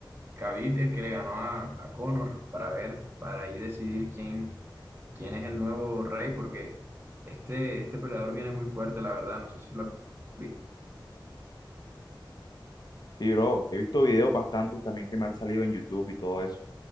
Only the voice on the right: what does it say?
Khabib, el que le ganó a, a Conor, para ver, para ahí decidir quién quién es el nuevo rey, porque este, este peleador viene muy fuerte, la verdad, no sé si lo han visto.